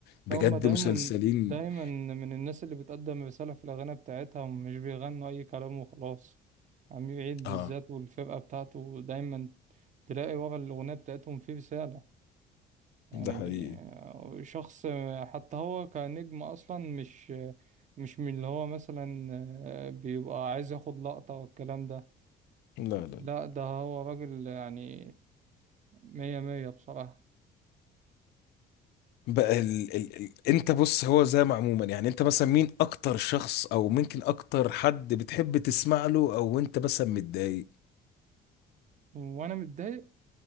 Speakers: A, on the left; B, on the right.
A: بجد
B: فهم دايما
A: مسلسلين
B: دايما من الناس اللي بتقدم رسالة في الاغاني بتاعتها ومش بيغنوا اي كلام وخلاص امير عيد بالذات
A: اه
B: والفرقة بتاعته دايما تلاقي ورا الاغنية بتاعتهم في رسالة يعني
A: ده حقيقي
B: آه، شخص آه، حتى هو كنجم اصلا مش مش من اللي هو مثلا آه، بيبقى عايز ياخد لقطة والكلام ده
A: لا لا لا
B: لا ده هو راجل يعني مية مية بصراحة
A: بقى ال... ال... ال... انت بص هو زي ما عموما يعني انت مثلا مين اكتر شخص او ممكن اكتر حد بتحب تسمع له او انت مثلا متضايق
B: وأنا متضايق